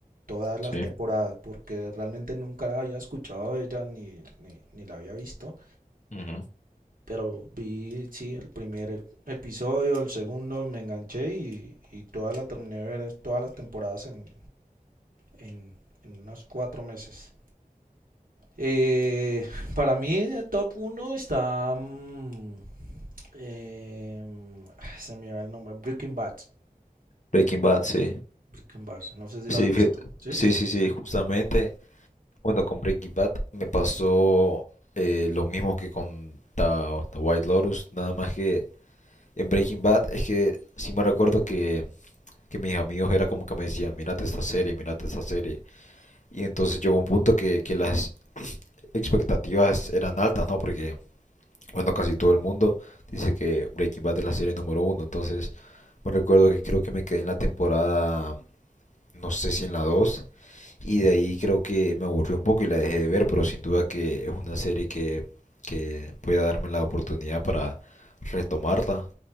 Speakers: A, on the right; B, on the left.
A: Todas las
B: Sí.
A: temporadas, porque realmente nunca había escuchado de ella ni, ni, ni la había visto.
B: Ujú.
A: Pero vi, sí, el primer episodio, el segundo, me enganché y, y toda la terminé de ver todas las temporadas en en, en unos cuatro meses. Eh, para mí, el top uno está. mm, eh, se me va el nombre. Breaking Bad.
B: Breaking Bad, sí.
A: Breaking Bad. No sé si
B: Sí,
A: la has visto.
B: fí-
A: ¿Sí?
B: sí, sí, sí, justamente. Bueno, con Breaking Bad me pasó eh, lo mismo que con The, The White Lotus, nada más que en Breaking Bad es que sí me recuerdo que, que mis amigos era como que me decían, mírate esta serie, mírate esta serie. Y entonces llegó un punto que, que las expectativas eran altas, ¿no? Porque, bueno, casi todo el mundo dice que Breaking Bad es la serie número uno. Entonces me recuerdo que creo que me quedé en la temporada, no sé si en la dos Y de ahí creo que me aburrió un poco y la dejé de ver, pero sin duda que es una serie que, que voy a darme la oportunidad para retomarla,